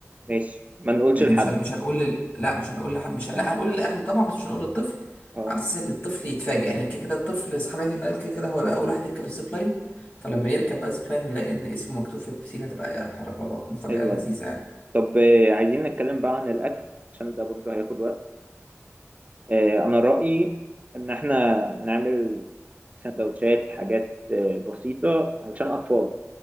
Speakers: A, on the right; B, on the left.
A: ماشي ما نقولش
B: يعني
A: لحد
B: مش هن... مش هنقول لل... لا مش هنقول لح... مش
A: تمام
B: هن... لا هنقول للاهل طبعا بس مش هنقول للطفل
A: اه
B: على اساس ان الطفل يتفاجئ يعني كده كده الطفل صاحب عيد الميلاد كده كده هو يبقى اول واحد يركب الزيب لاين فلما يركب بقى الزيب لاين ويلاقي ان اسمه مكتوب في البسين هتبقى حركه مفاجاه
A: حلو
B: لذيذه
A: قوي
B: يعني
A: طب آه، عايزين نتكلم بقى عن الاكل عشان ده برضه هياخد وقت آه، انا رأيي ان احنا نعمل سندوتشات حاجات آه، بسيطة علشان اطفال